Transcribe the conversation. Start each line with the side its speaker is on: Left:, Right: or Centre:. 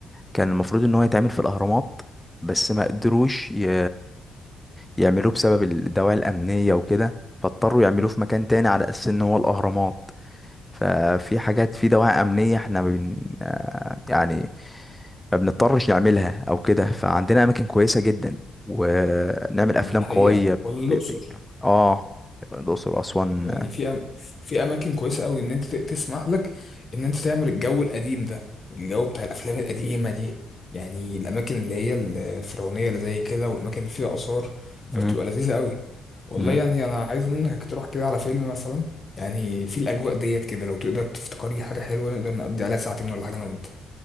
Centre: كان المفروض ان هو يتعمل في الاهرامات بس ما قدروش ي... يعملوه بسبب الدواعي الامنيه وكده فاضطروا يعملوه في مكان تاني على اساس ان هو الاهرامات ففي حاجات في دواعي امنيه احنا بن... آه يعني ما بنضطرش نعملها او كده فعندنا اماكن كويسه جدا ونعمل افلام
Left: دي حقيقة
Centre: قويه ب...
Left: ولا الاقصر
Centre: ب... اه الاقصر واسوان
Left: يعني في أم... في اماكن كويسه قوي ان انت ت- تسمح لك ان انت تعمل الجو القديم ده الجو بتاع الافلام القديمه دي يعني الاماكن اللي هي الفرعونيه اللي زي كده والاماكن اللي فيها اثار
Centre: مم.
Left: فبتبقى لذيذه قوي والله
Centre: مم.
Left: يعني انا عايز منك تروح كده على فيلم مثلا يعني في الاجواء ديت كده لو تقدر تفتكر لي حاجه حلوه نقدر نقضي عليها ساعتين ولا حاجه انا وانت